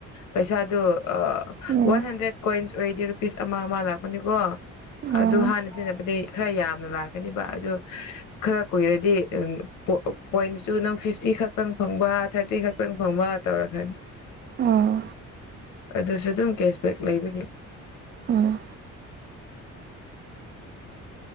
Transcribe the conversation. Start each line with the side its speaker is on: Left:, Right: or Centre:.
Left: ꯄꯩꯁꯥꯗꯨ ꯑꯥ
Right: ꯎꯝ
Left: ꯋꯥꯟ ꯍꯟꯗ꯭ꯔꯦꯠ ꯀꯣꯏꯟꯁ ꯑꯣꯏꯔꯗꯤ ꯔꯨꯄꯤꯁ ꯑꯃ ꯑꯃ ꯂꯥꯛꯄꯅꯤꯀꯣ
Right: ꯎꯝ
Left: ꯑꯗꯨ ꯍꯥꯟꯅ ꯁꯤꯖꯤꯟꯅꯕꯗꯩ ꯈꯔ ꯌꯥꯝꯅ ꯂꯥꯛꯀꯅꯤꯕ ꯑꯗꯨ ꯈꯔ ꯀꯨꯏꯔꯗꯤ ꯑꯝ ꯄꯣ ꯄꯣꯏꯟꯇꯨꯁꯨ ꯅꯪ ꯐꯤꯞ ꯇꯤ ꯈꯛꯇꯪ ꯐꯪꯕ ꯊꯥꯔꯇꯤ ꯈꯛꯇꯪ ꯐꯪꯕ ꯇꯧꯔꯛꯀꯅꯤ
Right: ꯎꯝ
Left: ꯑꯗꯨꯁꯨ ꯑꯗꯨꯝ ꯀꯦꯁꯕꯦꯛ ꯂꯩꯕꯒꯤ
Right: ꯎꯝ